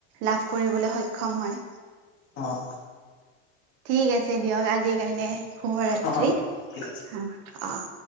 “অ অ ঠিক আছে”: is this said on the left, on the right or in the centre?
Left